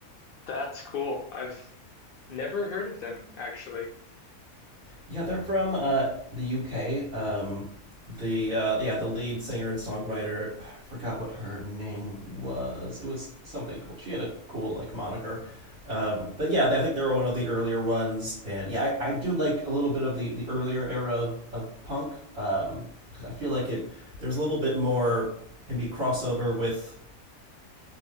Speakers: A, on the left (about 70°); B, on the right (about 60°).
A: That's cool. I've never heard of them actually.
B: Yeah, they're from uh, the UK. Um, the uh, yeah, the lead singer and songwriter, I forgot what her name was. It was something cool. She had a cool like moniker. Um, but yeah, they, I think they were one of the earlier ones, and yeah, I, I do like a little bit of the, the earlier era of of punk um, because I feel like it there's a little bit more maybe crossover with